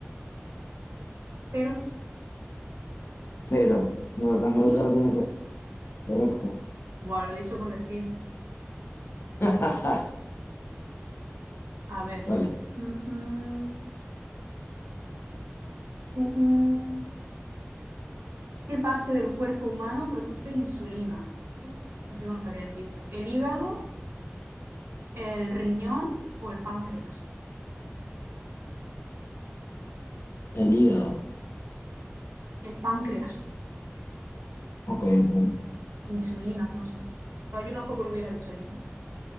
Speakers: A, on the right (about 75°); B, on the left (about 60°).
A: Pero...
B: Cero. No, las medusas
A: ¡Sí!
B: no tienen corazón. Correcto.
A: Buah, lo he dicho por decir.
B: <laughs>
A: A ver.
B: Vale,
A: Mm, mm, uh, uh. ¿Qué parte del cuerpo humano produce insulina? Uf, yo no sabría decir esto. ¿El hígado, el riñón o el páncreas?
B: el hígado.
A: El páncreas.
B: Ok, ok.
A: Insulina, no sé. Estaba- Yo tampoco lo hubiera dicho bien, ¿eh?